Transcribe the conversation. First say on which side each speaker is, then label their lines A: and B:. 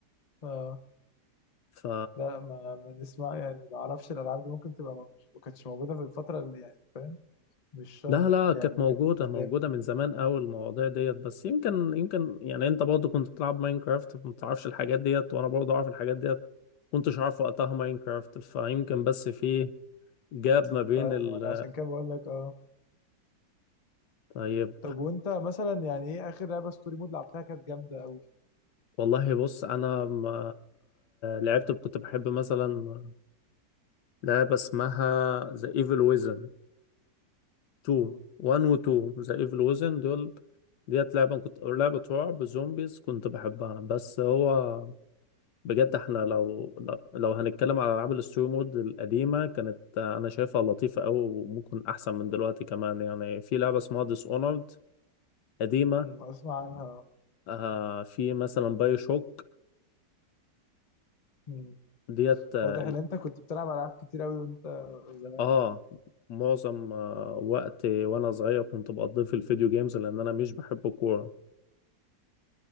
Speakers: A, on the left; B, on the left.
A: اه
B: ف
A: لا ما ما نسمع يعني ما اعرفش الالعاب دي ممكن تبقى م- مش ما كانتش موجوده في الفتره اللي يعني فاهم مش شرط
B: لا لا
A: يعني
B: كانت
A: ما
B: موجودة
A: كانتش قدامي
B: موجودة من زمان أوي المواضيع ديت بس يمكن يمكن يعني أنت برضه كنت بتلعب ماينكرافت فما تعرفش الحاجات ديت وأنا برضه أعرف الحاجات ديت كنتش أعرف وقتها ماينكرافت فيمكن بس في جاب ما بين
A: اه
B: ال
A: انا عشان كده بقول لك اه
B: طيب
A: طب وانت مثلا يعني ايه اخر لعبه ستوري مود لعبتها كانت جامده قوي
B: والله بص أنا ما لعبت كنت بحب مثلا لعبة اسمها ذا ايفل ويزن 2
A: امم
B: 1 و 2 ذا ايفل ويزن دول ديت لعبة كنت أو لعبة رعب زومبيز كنت بحبها بس هو بجد احنا لو لو لو هنتكلم على العاب الستوري مود القديمه كانت آه، انا شايفها لطيفه قوي وممكن احسن من دلوقتي كمان يعني في لعبه اسمها ديس اونرد قديمه
A: أمم، اسمع عنها
B: آه في مثلا باي شوك
A: أمم.
B: ديت اه
A: واضح
B: ال-
A: ان انت كنت بتلعب العاب كتير قوي وانت زمان
B: آه، معظم آه وقت وانا صغير كنت بقضيه في الفيديو جيمز لان انا مش بحب الكوره